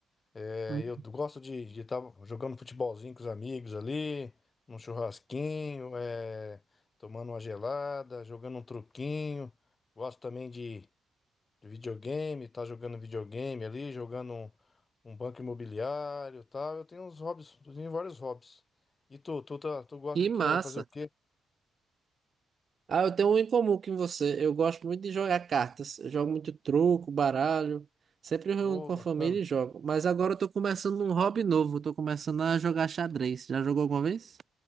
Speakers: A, on the left; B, on the right.
A: É,
B: Hum.
A: eu gosto de estar jogando futebolzinho com os amigos ali, num churrasquinho, é, tomando uma gelada, jogando um truquinho. Gosto também de, de videogame, tá jogando videogame ali, jogando um, um banco imobiliário e tal. Eu tenho uns hobbies, eu tenho vários hobbies. E tu, tu, tá- tu gosta
B: Que
A: do
B: massa.
A: quê? Vai fazer o quê?
B: Ah, eu tenho um em comum com você. Eu gosto muito de jogar cartas. Eu jogo muito truco, baralho. Sempre eu reúno
A: Ô,
B: com
A: bacana.
B: a família e jogo. Mas agora eu tô começando um hobby novo. Eu tô começando a jogar xadrez. Já jogou alguma vez?